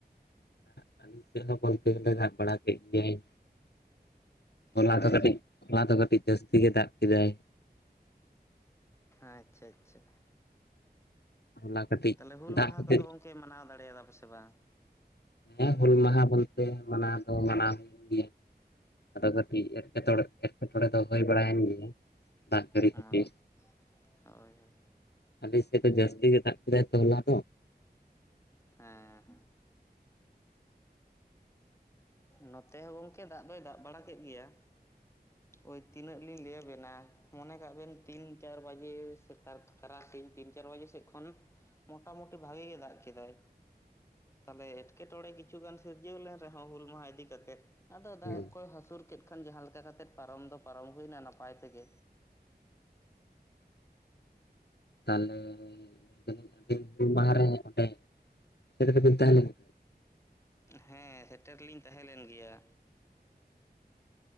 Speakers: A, on the left; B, on the left.
A: ᱦᱮᱸ ᱫᱟᱜ <unintelligible> ᱜᱮᱞᱮ ᱫᱟᱜ ᱵᱟᱲᱟ ᱠᱮᱫ ᱜᱮᱭᱟᱭ ᱦᱚᱞᱟ
B: ᱟᱪᱪᱷᱟ
A: ᱫᱚ ᱠᱟᱹᱴᱤᱡ, ᱦᱚᱞᱟ ᱫᱚ ᱠᱟᱹᱴᱤᱡ, ᱡᱟᱹᱥᱛᱤ ᱜᱮ ᱫᱟᱜ ᱠᱮᱫᱟᱭ᱾
B: ᱟᱪᱪᱷᱟ - ᱟᱪᱪᱷᱟ
A: ᱦᱚᱞᱟ ᱠᱟᱹᱴᱤᱡ
B: ᱛᱟᱦᱚᱞᱮ ᱦᱩᱞ
A: ᱫᱟᱜ
B: ᱢᱟᱦᱟ
A: ᱠᱟᱛᱮᱫ
B: ᱠᱚᱫᱚ ᱜᱚᱝᱠᱮ ᱢᱟᱱᱟᱣ ᱫᱟᱲᱮᱭᱟᱫᱼᱟ ᱯᱮᱥᱮ ᱵᱟᱝ?
A: ᱦᱮᱸ ᱦᱩᱞ ᱢᱟᱦᱟ ᱵᱚᱞᱛᱮ ᱢᱟᱱᱟᱣ ᱫᱚ ᱢᱟᱱᱟᱣ ᱜᱮᱭᱟ ᱟᱫᱚ ᱠᱟᱹᱴᱤᱡ ᱮᱴᱠᱮᱼᱴᱚᱲᱮ ᱮᱴᱠᱮᱴᱚᱬᱮ ᱫᱚ ᱦᱩᱭ ᱵᱟᱲᱟᱭᱮᱱ ᱜᱮ ᱫᱟᱜ ᱡᱟᱲᱤ
B: ᱦᱳᱭ
A: ᱠᱷᱟᱹᱛᱤᱨ
B: ᱦᱳᱭ ᱦᱮᱸ
A: ᱟᱞᱮ ᱥᱮᱫ ᱫᱚ ᱡᱟᱹᱥᱛᱤ ᱜᱮ ᱫᱟᱜ ᱠᱮᱫᱟᱭ ᱛᱚᱞᱟ ᱫᱚ᱾
B: ᱦᱮᱸ ᱱᱚᱛᱮ ᱦᱚᱸ ᱜᱚᱝᱠᱮ ᱫᱟᱜ ᱫᱚᱭ ᱫᱟᱵ ᱵᱟᱲᱟ ᱠᱮᱫ ᱜᱮᱭᱟ ᱳᱭ ᱛᱤᱱᱟᱹᱜ ᱞᱤᱧ ᱞᱟᱹᱭ ᱟᱵᱮᱱᱟ ᱢᱚᱱᱮ ᱠᱟᱜ ᱵᱮᱱ ᱛᱤᱱ ᱪᱟᱨ ᱵᱟᱡᱮ ᱥ ᱛᱟᱨᱟᱥᱤᱧ ᱛᱤᱱ ᱪᱟᱨ ᱵᱟᱡᱮ ᱥᱮᱫ ᱠᱷᱚᱱ ᱢᱳᱴᱟᱢᱩᱴᱤ ᱵᱷᱟᱜᱮ ᱜᱮ ᱫᱟᱜ ᱠᱮᱫᱟᱭ ᱛᱟᱦᱚᱞᱮ ᱮᱴᱠᱮᱴᱚᱬᱮ ᱠᱤᱪᱷᱩ ᱜᱟᱱ ᱥᱤᱨᱡᱟᱹᱣ ᱞᱮᱱ ᱨᱮᱦᱚᱸ, ᱦᱩᱞ ᱢᱟᱦᱟ ᱤᱫᱤ ᱠᱟᱛᱮᱫ ᱟᱫᱚ ᱫᱟᱜ
A: ᱦᱮᱸ
B: ᱠᱚᱭ ᱦᱟᱹᱥᱩᱨ ᱠᱮᱫ ᱠᱷᱟᱱ ᱡᱟᱦᱟᱸ ᱞᱮᱠᱟ ᱠᱟᱛᱮᱫ ᱯᱟᱨᱚᱢ ᱫᱚ ᱯᱟᱨᱚᱢ ᱦᱩᱭᱱᱟ ᱱᱟᱯᱟᱭ ᱛᱮᱜᱮ
A: ᱛᱟᱦᱚᱞᱮ <unintelligible> ᱦᱩᱞ ᱢᱟᱦᱟ ᱨᱮ ᱚᱸᱰᱮ <unintelligible> ᱛᱟᱦᱮᱞᱮᱱᱟ᱾
B: ᱦᱮᱸ ᱥᱮᱴᱮᱨᱞᱤᱧ ᱛᱟᱦᱮᱸ ᱞᱮᱱ ᱜᱮᱭᱟ